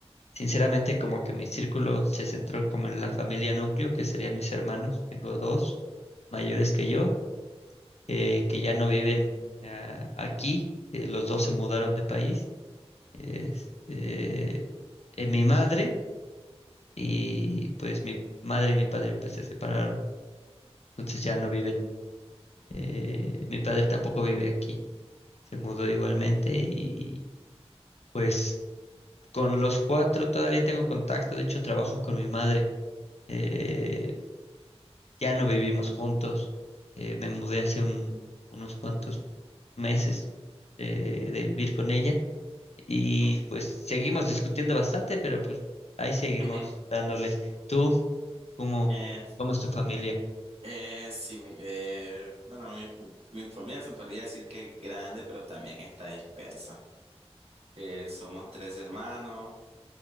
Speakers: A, on the left; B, on the right.
A: sinceramente como que mi círculo se centró como en la familia núcleo, que serían mis hermanos, tengo dos mayores que yo, eh, que ya no viven ah, aquí, eh, los dos se mudaron de país, este, eh, mi madre y pues mi madre y mi padre pues se separaron, entonces ya no viven, eh, mi padre tampoco vive aquí, se mudó igualmente y Pues con los cuatro todavía tengo contacto, de hecho trabajo con mi madre, eh, ya no vivimos juntos, eh, me mudé hace un- unos cuantos meses eh, de vivir con ella y
B: Ujú,
A: pues seguimos discutiendo bastante, pero pues ahí seguimos
B: ujú.
A: dándole. ¿Tú cómo,
B: Eh,
A: cómo es tu familia?
B: eh, sí, mi, eh, bueno, mi, mi familia se podría decir que es grande, pero también está dispersa. Eh, somos tres hermanos,